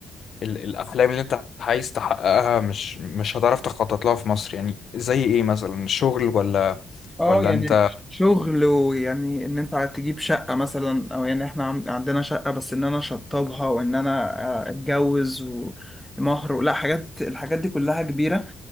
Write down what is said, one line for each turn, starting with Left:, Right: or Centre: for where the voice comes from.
Left: ال- الاحلام اللي انت عايز تحققها مش مش هتعرف تخطط لها في مصر يعني زي ايه مثلا الشغل ولا
Centre: اه
Left: ولا
Centre: يعني
Left: انت
Centre: شغل ويعني ان انت تجيب شقه مثلا او يعني احنا عن- عندنا شقه بس ان انا اشطبها وان انا آه، اتجوز ومهر لا حاجات الحاجات دي كلها كبيره